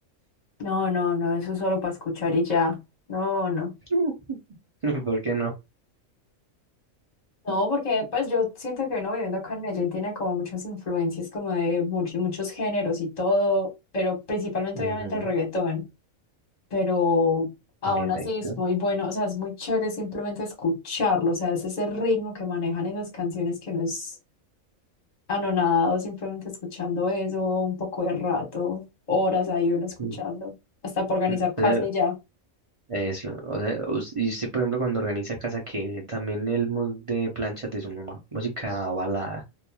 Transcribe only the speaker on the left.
No, no, no, eso es solo para escuchar y ya. No, no.
No, porque pues yo siento que uno viviendo acá en Medellín tiene como muchas influencias, como de much- muchos géneros y todo, pero principalmente obviamente
el reggaetón. Pero aún
así es muy bueno, o sea, es muy chévere simplemente escucharlo, o sea, es ese ritmo que manejan esas canciones que uno es anonadado simplemente escuchando eso un poco de rato, horas ahí uno escuchando,
hasta para organizar
casa
y ya.